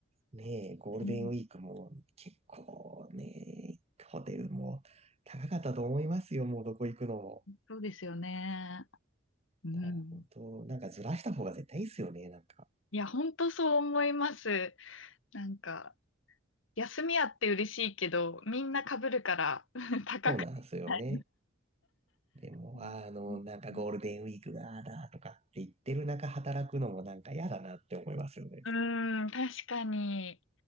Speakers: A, on the right; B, on the left.
A: ねえ、ゴールデンウィークも結構ね、
B: うん
A: ホテルも高かったと思いますよ、もうどこ行くのも。
B: そうですよね。うん。
A: だから本当、なんかずらした方が絶対いいっすよね、なんか。
B: いや、本当そう思います。なんか、休みあって嬉しいけど、みんな被るから <laughs> 高くない。
A: そうなんですよね。でも、
B: う
A: あの、なんかゴールデンウィークがああだとかって言ってる中働くのもなんか嫌だなって思いますよね。
B: ん、うん確かに。